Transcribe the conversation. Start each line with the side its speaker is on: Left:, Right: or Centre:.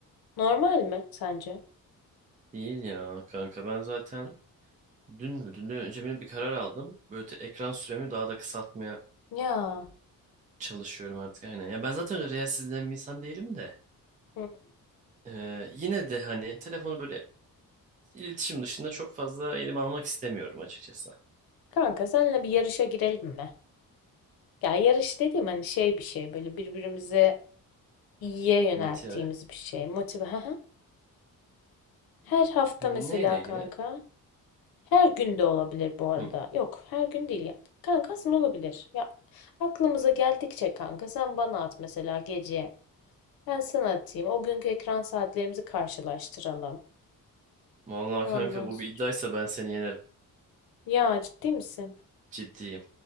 Left: Normal mi sence?
Right: Değil ya kanka ben zaten dün mü dünden önce mi ne bir karar aldım. Böyle te- ekran süremi daha da kısaltmaya
Left: Ya.
Right: çalışıyorum artık aynen. Ya ben zaten öyle reels izleyen bir insan değilim de.
Left: hmm.
Right: Ee, yine de hani telefonu böyle iletişim dışında çok fazla elime almak istemiyorum açıkçası.
Left: Kanka seninle bir yarışa girelim mi? Ya yarış dediğim hani şey bir şey böyle birbirimize iyiye yönelttiğimiz
Right: Motive.
Left: bir şey. Motive. Hı hı. Her hafta
Right: Neyle
Left: mesela
Right: ilgili?
Left: kanka. Her gün de olabilir bu arada.
Right: Hı.
Left: Yok, her gün değil ya. Kanka aslında olabilir. Ya aklımıza geldikçe kanka sen bana at mesela gece. Ben sana atayım. O günkü ekran saatlerimizi karşılaştıralım.
Right: Vallahi
Left: Ondan
Right: kanka bu
Left: sonra.
Right: bir iddiaysa ben seni yenerim.
Left: Ya ciddi misin?
Right: Ciddiyim.